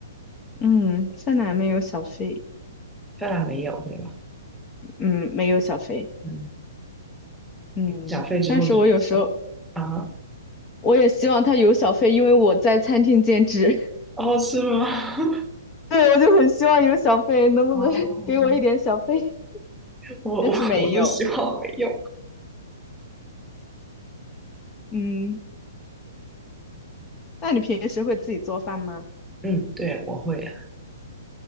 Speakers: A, on the left (about 25°); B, in the centre.
A: 嗯，芬兰没有小费，
B: 当然没有对吧？
A: 嗯，没有小费，
B: 嗯，
A: 嗯，
B: 给了小费之后就是
A: 但是我有时候
B: 啊
A: 我也希望他有小费，因为我在餐厅兼职，
B: 哦是吗？<laughs>
A: <laughs> 对，我就很希望有小费，能不能
B: 哦，
A: <laughs> 给我一点小费？
B: <laughs> 我我我是希望没有。
A: 但是没有，嗯，那你平时会自己做饭吗？
B: 嗯，对，我会啊，